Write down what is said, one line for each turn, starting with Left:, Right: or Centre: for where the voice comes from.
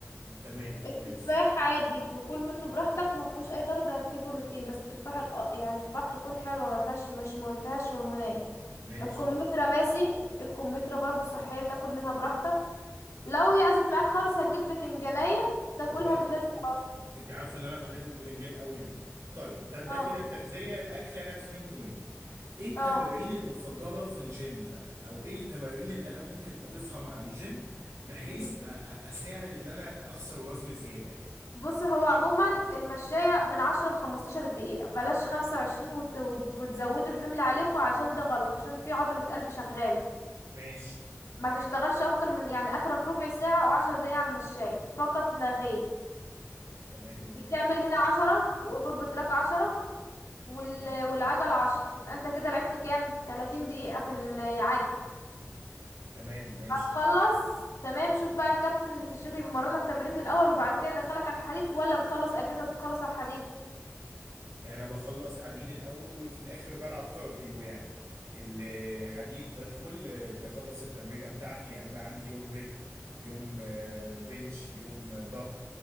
Right: تمام
Left: التفاح
Right: كويس
Left: عادي كل منه براحتك ما فيهوش اي ضرر ده فيه بروتين بس التفاح الأ- يعني التفاح تكون حلوه ما فيهاش مش ما فيهاش هرمونات
Right: ماشي
Left: الكمثرى ماشي الكمثرى برضو صحيه تاكل منها براحتك لو يأست معاك خالص هتجيب بتنجانيه تاكلها
Right: واكل
Left: بالليل وخلاص
Right: انت عارفه ان انا بحب الباذنجان قوي ني طيب ده ده
Left: اه
Right: كده التغذيه الاكل انا فهمته منك ايه التمارين
Left: اه
Right: المفضله في الجيم بقى او ايه التمارين اللي انا ممكن اضيفها مع الجيم بحيث
Left: مم.
Right: أ- أ- اساعد ان انا اخسر وزن زياده يعني
Left: بص هو عموما المشاية من عشرة لخمستاشر دقيقة بلاش خمسة وعشرين وت... وت... وتزودوا الحمل عليكم عشان ده غلط
Right: مم.
Left: عشان في عضلة قلب شغالة
Right: ماشي
Left: ما تشتغلش اكتر من يعني اخرك ربع ساعة او عشر دقايق على المشاية فقط لا
Right: مم.
Left: غير
Right: تمام
Left: بتعمل هنا عشرة وقرب تراك عشرة وال...
Right: مم.
Left: والعجل عشر يبقى انت كده لعبت كام تلاتين دقيقة في العجل
Right: تمام ماشي
Left: هتخلص تمام شوف بقى الكابتن اللي في الجيم بيمرنك تمرين الاول وبعد كده يدخلك على الحديد ولا بتخلص اجهزة وتتخلص على الحديد
Right: انا بخلص حديد الاول وفي الاخر بلعب كارديو يعني الحديد بدخل آه، اخلص التمرينه بتاعتي يعني انا عندي يوم رجل يوم آه، بنش يوم آه، ظهر